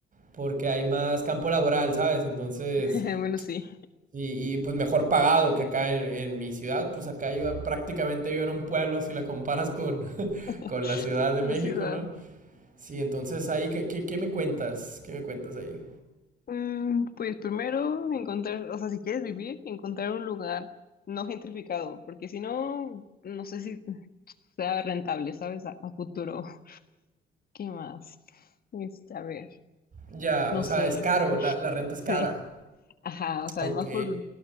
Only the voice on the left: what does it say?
<laughs> Bueno, sí.
<laughs>
Con
la ciudad.
Mm, pues primero encontrar, o sea, si quieres vivir, encontrar un lugar no gentrificado, porque si no, no sé si sea rentable, ¿sabes? A, a futuro. ¿Qué más? Este, a ver,
no
sé,
es- <laughs>
sí,
ajá, o sea,
además por,